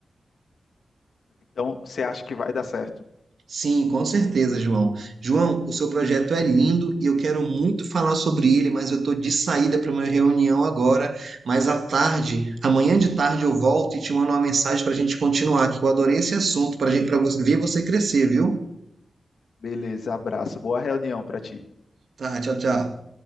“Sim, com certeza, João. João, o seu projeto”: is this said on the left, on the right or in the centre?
Right